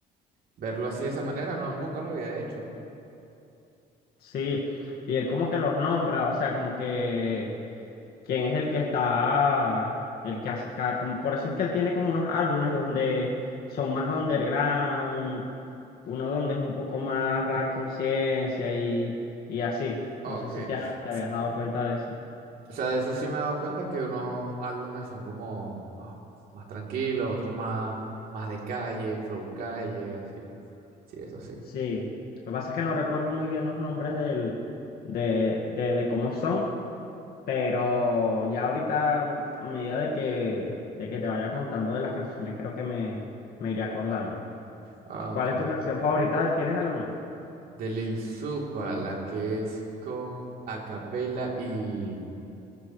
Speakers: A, on the right; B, on the left.
A: verlo así de esa manera, no, nunca lo había hecho.
B: Sí, y él como que los nombra, o sea, como que quién es el que está, el que hace cada, como, por eso es que él tiene como unos álbumes donde son más underground, uno donde es un poco más rap conciencia y, y así.
A: Ah,
B: No sé
A: ok.
B: si te,
A: S-
B: ha- te habías dado cuenta de eso.
A: O sea, de eso sí me he dado cuenta que unos álbumes son como ah, más tranquilos, otros más, más de calle, flow calle, así. Sí, eso sí.
B: Sí, lo que pasa es que no recuerdo muy bien los nombres del, de, de, de cómo son. Pero ya ahorita, a medida de que, de que te vaya contando de las canciones, creo que me, me iré acordando.
A: Ah,
B: ¿Qué- ¿Cuál
A: ok.
B: es tu canción favorita? de él? ¿Tienes alguna?
A: De Lil Supa, la que es con Acapella y